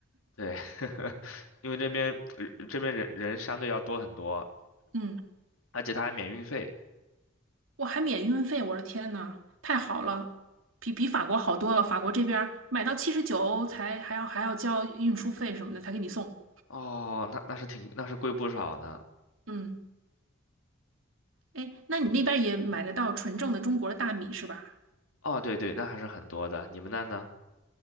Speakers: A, on the left; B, on the right.
A: 对，<laughs> 因为这边呃这边人人相对要多很多，
B: <laughs> 嗯，
A: 而且它还免运费。
B: 我还免运费，我的天呐，太好了，比比法国好多了。法国这边儿买到七十九才还要还要交运输费什么的才给你送。
A: 哦，那那是挺那是贵不少呢。
B: 嗯，哎，那你那边儿也买得到纯正的中国的大米是吧？
A: 哦，对对，那还是很多的。你们那呢？